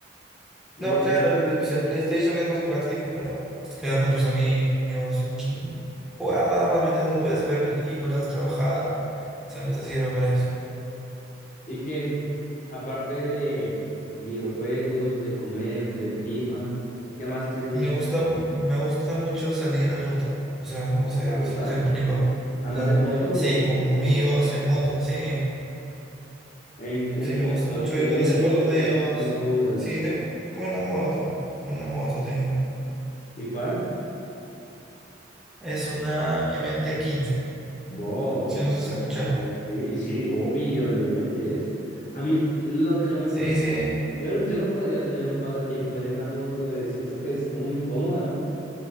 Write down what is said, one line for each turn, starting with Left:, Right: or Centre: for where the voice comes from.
Left: Y
Centre: no,
Left: no
Centre: claro,
Left: sé,
Centre: el, pl- pues el PlayStation es más práctico para quedar con tus amigos, mm, jugar nada más, ¿me entiendes? No puedes ver películas, trabajar, o sea, no te sirve para eso.
Left: y que aparte de videojuegos, de comer, del FIFA, ¿qué más te gusta?
Centre: Me gusta,
Left: hacer?
Centre: me gusta mucho salir de ruta, o sea, no sé
Left: ¿La ruta?
Centre: si te explico,
Left: ¿Andas
Centre: o sea,
Left: en moto o,
Centre: sí, con
Left: o
Centre: amigos,
Left: cómo?
Centre: en moto, sí,
Left: ¿En, en
Centre: sí,
Left: qué
Centre: me
Left: moto?
Centre: gusta mucho
Left: ¿Tienes
Centre: ir a conocer
Left: moto
Centre: pueblos
Left: o
Centre: nuevos,
Left: qué moto usas?
Centre: sí, tengo una moto, una moto tengo,
Left: ¿Y cuál?
Centre: es una MT-15.
Left: Bof,
Centre: Sí, no sé
Left: bof,
Centre: si has escuchado.
Left: le- sí, sí, obvio, le metes. A mí lo que no me
Centre: Sí,
Left: gusta,
Centre: sí.
Left: yo, no- yo no podría tener un pasatiempo en esa moto, eh, siento que es como incómoda, ¿no?